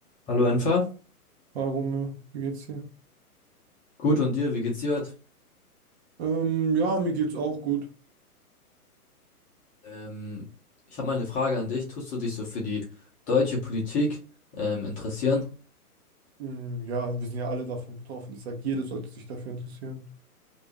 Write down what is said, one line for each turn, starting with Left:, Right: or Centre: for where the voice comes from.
Left: Hallo Enfer,
Right: Hi Romeo, wie geht's dir?
Left: gut und dir, wie geht's dir heute?
Right: Ähm, ja, mir geht's auch gut.
Left: Ähm, ich habe mal eine Frage an dich. Tust du dich so für die deutsche Politik ähm, interessieren?
Right: Ähm, ja, wir sind ja alle davon betroffen. Ich sag, jeder sollte sich dafür interessieren.